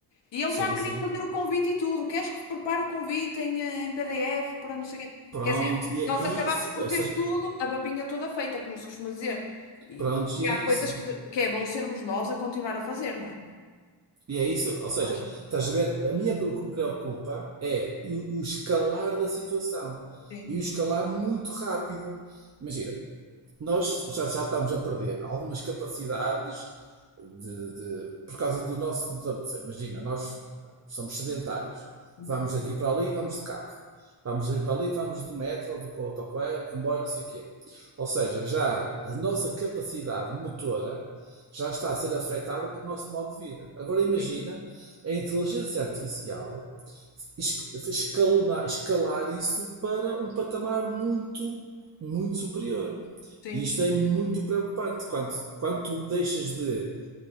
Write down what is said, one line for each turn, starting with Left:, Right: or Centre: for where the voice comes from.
Left: E ele
Right: Sim,
Left: já me
Right: sim.
Left: queria fazer o convite e tudo. Queres que prepare o convite em, eh, em PDF para não sei o quê?
Right: Pronto,
Left: Quer dizer,
Right: e é,
Left: nós
Right: e
Left: acabamos
Right: é isso.
Left: por
Right: Ou
Left: ter
Right: seja,
Left: tudo, a papinha toda feita, como se costuma dizer. E,
Right: pronto, e
Left: e
Right: é
Left: há
Right: isso.
Left: coisas que, de- que é bom sermos nós a continuar a fazer, não é?
Right: E é isso, ou seja,
Left: Acho
Right: estás a ver, a minha, o que me preocupa é o, o escalar da situação.
Left: sim.
Right: E o escalar muito rápido. Imagina, nós já, já estamos a perder algumas capacidades de, de- por causa do nosso. então, Imagina, nós somos sedentários.
Left: Uhum.
Right: Vamos daqui para ali, vamos de carro. Vamos vir para ali, vamos de metro, ou de co- autocarro, comboio, não sei o quê. Ou seja, já a nossa capacidade motora já está a ser afetada pelo nosso modo de vida. Agora imagina
Left: Sim,
Right: a inteligência artificial es- escalonar, escalar isso para um patamar muito, muito superior.
Left: sim.
Right: E isto é muito preocupante quando, quando tu deixas de,